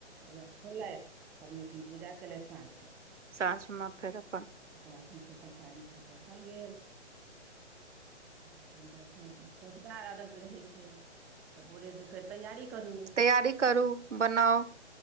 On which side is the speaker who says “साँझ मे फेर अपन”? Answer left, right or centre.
Right